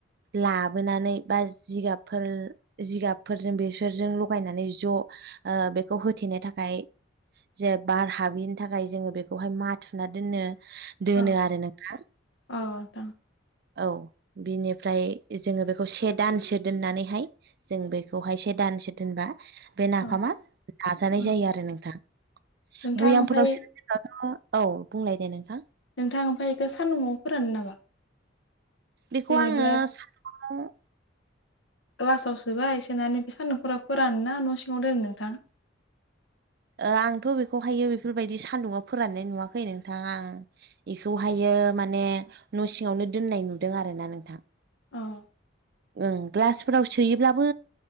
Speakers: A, on the right; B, on the left.
A: लाबोनानै बा जिगाबफोर जिगाबफोरजों बे फोरजों लगायनानै ज' ओ बेखौ होथेनो थाखाय जे बार हाबिनि थाखाय जोङो बेखौहाय माथुना दोननो दोनो
B: औ
A: आरो नोंथां
B: नोंथां
A: औ बिनिफ्राय जोङो बेखौ से दानसो दोननानैहाय जों बेखौहाय से दानसे दोनबा बे नाफामा
B: औ
A: जाजानाय
B: औ
A: जायो आरो नोंथां
B: नोंथां
A: बयामफोराव
B: ओमफ्राय
A: <unintelligible> औ बुंलाय दे नोंथां
B: नोंथां ओमफाय बइखौ सान्दुंआव फोरानो नामा
A: बिखौ
B: जेनेबा
A: आङो <inaudible>
B: ग्लासाव सोबाय सोनानै बे सान्दुंफोराव फोरानो ना न' सिङाव दोनो नोंथां
A: ओ आंथ' बेखौहायो बेफोरबायदि सान्दुङाव फोराननाय नुवाखै नोंथां आं बेखौहायो माने न' सिङावनो दोननाय नुदों आरो ना नोंथां
B: अह
A: ओम ग्लासफोराव सोयोब्लाबो